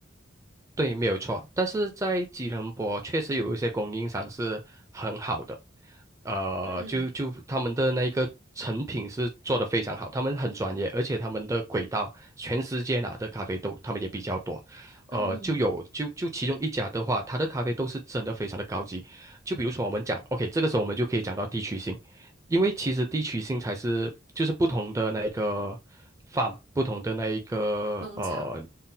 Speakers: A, on the right; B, on the right.
A: 对，没有错。但是在吉隆坡确实有一些供应商是很好的，呃，
B: 嗯
A: 就就他们的那个成品是做的非常好，他们很专业，而且他们的轨道全世界拿的咖啡豆他们也比较多，
B: 嗯，
A: 呃，就有就就其中一家的话，它的咖啡豆是真的非常的高级。就比如说我们讲，OK，这个时候我们就可以讲到地区性。因为其实地区性才是就是不同的那一个 farm，不同的那一个呃
B: 农场，